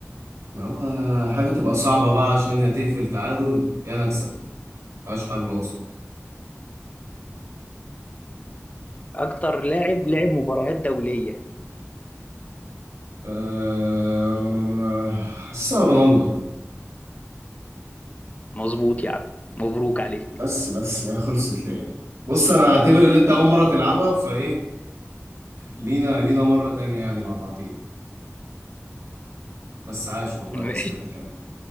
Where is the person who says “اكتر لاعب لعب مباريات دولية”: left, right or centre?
Left